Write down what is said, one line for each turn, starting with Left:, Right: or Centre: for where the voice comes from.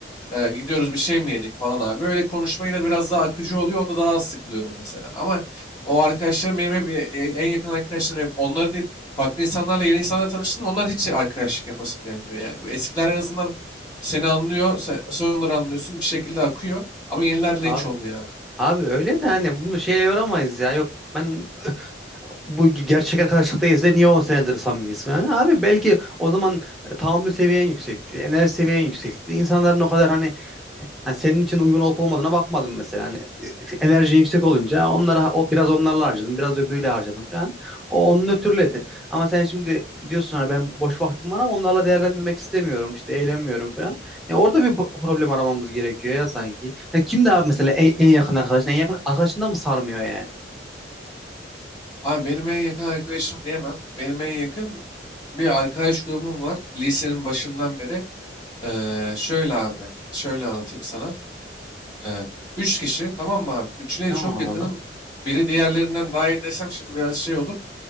Left: Ee, gidiyoruz bir şey mi yedik falan abi. Öyle konuşma yine biraz daha akıcı oluyor. Onda daha az sıkılıyorum mesela. Ama o arkadaşlarım benim hep e- en yakın arkadaşlarım hep onları değil. Farklı insanlarla yeni insanlarla tanıştım. Onlar hiç arkadaşlık yapasım gelmiyor yani. Bu Eskiler en azından seni anlıyor. Sen, sen onları anlıyorsun. Bir şekilde akıyor. Ama yenilerle
Centre: abi.
Left: hiç olmuyor abi.
Centre: Abi öyle de hani bunu şeye yoramayız ya. Yok ben <laughs> bu gerçek arkadaşlıktayız da niye 10 senedir samimiyiz falan. Abi belki o zaman e, tahammül seviyen yüksekti, enerji seviyen yüksekti. İnsanların o kadar hani Hani senin için uygun olup olmadığına bakmadım mesela. Hani e, enerji yüksek olunca onlara o biraz onlarla harcadım, biraz öbürüyle harcadım falan. O onun ötürüledi. Ama sen şimdi diyorsun hani ben boş vaktim var ama onlarla değerlendirmek istemiyorum. işte eğlenmiyorum falan. Ya orada bir po- problem aramamız gerekiyor ya sanki. Hani kim daha mesela en, en yakın arkadaşın, en yakın arkadaşından mı sarmıyor yani?
Left: Abi benim en yakın arkadaşım diyemem. Benim en yakın bir arkadaş grubum var. Lisenin başından beri. Ee, şöyle abi, şöyle anlatayım sana. Ee, üç kişi, tamam mı abi? Üçüne
Centre: Tamam
Left: çok yakınım.
Centre: abi.
Left: Biri diğerlerinden daha iyi desem şimdi biraz şey olur.